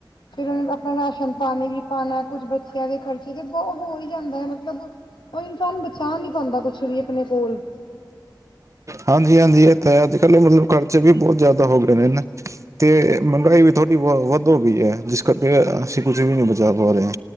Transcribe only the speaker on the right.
ਹਾਂਜੀ -ਹਾਂਜੀ ਇਥੇ ਅੱਜ ਕੱਲ ਮਤਲਬ ਖਰਚੇ ਵੀ ਬਹੁਤ ਜ਼ਿਆਦਾ ਹੋ ਗਏ ਨੇ ਹਨ ਤੇ
ਮਹਿੰਗਾਈ ਵੀ ਥੋੜ੍ਹੀ ਬਹੁ ਵੱਧ ਹੋ ਗਈ ਹੈ ਜਿਸ ਕਰਕੇ ਅਸੀਂ ਕੁਝ ਵੀ ਨਹੀਂ ਬਚਾ ਪਾ ਰਹੇ ਹ